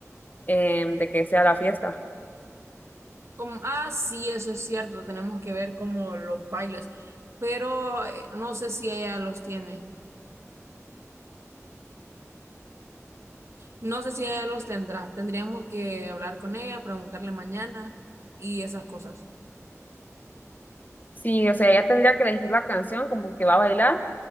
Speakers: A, on the left; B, on the right.
A: em, de que sea la fiesta.
B: Como, ah, sí, eso es cierto, tenemos que ver como los bailes, pero eh, no sé si ella los tiene, no sé si ella los tendrá, tendríamos que hablar con ella, preguntarle mañana y esas cosas.
A: Sí, o sea, ella tendría que elegir la canción como que va a bailar